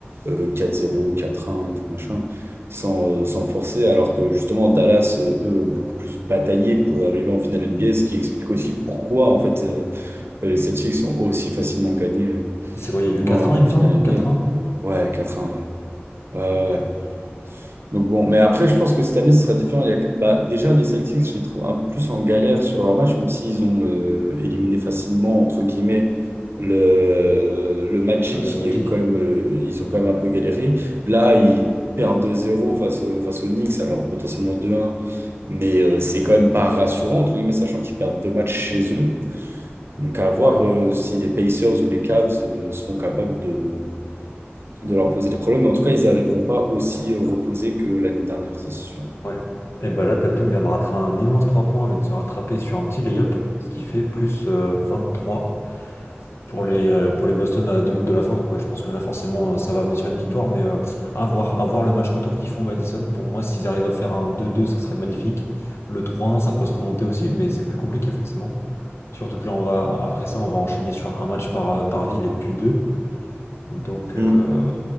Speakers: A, on the right; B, on the left.
A: euh, 4-0, 4-1 et tout machin, sans, euh, sans forcer. Alors que justement, Dallas, euh, eux, ont beaucoup plus bataillé pour arriver en finale NBA, ce qui explique aussi pourquoi en fait. euh, Les Celtics sont aussi facilement gagnés euh,
B: Et C'est quoi, il y a eu quatre
A: en,
B: 1 il
A: en
B: me
A: finale
B: semble?
A: NBA.
B: quatre 1
A: Ouais, quatre 1 ouais. Ouais,
B: Hmm.
A: ouais. ouais. Donc bon, mais après, je pense que cette année, ce sera différent. Il y a- bah, déjà, les Celtics, je les trouve un peu plus en galère sur leur match, même s'ils ont euh, éliminé facilement, entre guillemets, le, le Magic.
B: Le
A: Il
B: Magic?
A: y a eu quand même, euh, ils ont quand même un peu galéré. Là, ils perdent 2 zéro face, au- face aux Knicks, alors potentiellement 2 un, Mais euh, c'est quand même pas rassurant, entre guillemets, sachant qu'ils perdent deux matchs chez eux. Donc à voir
B: Ouais,
A: euh, si les Pacers ou les Cavs euh, seront capables de, de leur poser des problèmes. Mais en tout cas, ils n'arriveront pas aussi euh, reposés que l'année dernière, ça c'est sûr.
B: ouais. Et bah là, Tatum vient de rater un immense 3 points, mais de se rattraper sur un petit lay-up, ce qui fait plus euh, trois pour les, euh, pour les Boston à deux minutes de la fin. Donc ouais, je pense que là forcément euh, ça va amener sur une victoire, mais euh, à voir, à voir le match retour qu'ils font au Madison. Pour moi, s'ils arrivent à faire un 2-2, ça serait magnifique. Le 3-1, ça peut se remonter aussi, mais c'est plus compliqué forcément. Surtout que là, on va, après ça, on va enchaîner sur un match par, euh, par ville et puis deux. Donc,
A: Mm.
B: euh,